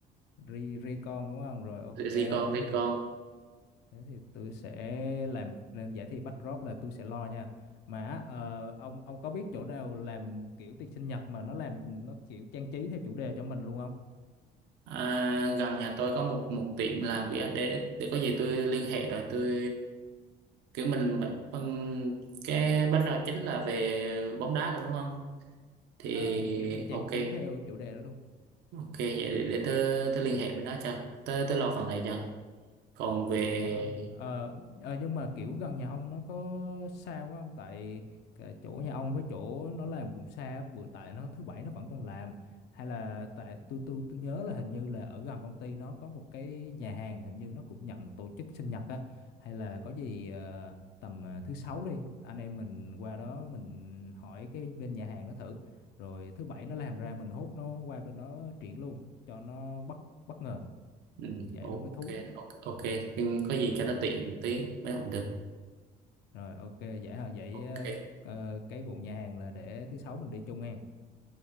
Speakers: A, on the left; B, on the right.
A: ri ri con đúng không rồi ok
B: gì gì còn
A: thế
B: gì
A: thì
B: còn
A: thế thì tôi sẽ làm làm giải thi bắt drop là tôi sẽ lo nha mà á, ờ, ông ông có biết chỗ nào làm kiểu tiệc sinh nhật mà nó làm nó kiểu trang trí theo chủ đề cho mình luôn không
B: à, gần nhà tôi có một một tiệm làm vỉa để để có gì tôi liên hệ rồi tôi kiểu mình, mình cái background chính là về bóng đá luôn đúng không thì
A: Ờ, thì kiểu mình trang
B: ok
A: trí theo chủ đề đó luôn
B: ok vậy để, để tớ tớ liên hệ bên đó cho tớ tớ lo phần này cho còn về
A: gần nhà ông ờ ờ, nhưng mà kiểu gần nhà ông nó có xa quá không tại cái chỗ nhà ông với chỗ nó làm cũng xa bữa tại nó thứ bảy nó vẫn còn làm hay là tại tôi tôi tôi nhớ là hình như là ở gần công ty nó có một cái nhà hàng hình như nó cũng nhận tổ chức sinh nhật á hay là có gì ờ, tầm ờ, thứ sáu đi anh em mình qua đó mình hỏi cái bên nhà hàng nó thử rồi thứ bảy nó làm ra mình hốt nó qua bên đó triển luôn cho nó bất bất ngờ
B: ừ,
A: vậy
B: o-
A: nó mới
B: ok
A: thú
B: ok ok nhưng có gì cho nó tiện tí mới không được
A: Rồi ok vậy hả? Vậy
B: ok
A: ờ, ờ, cái vụ nhà hàng là để thứ sáu mình đi chung hen.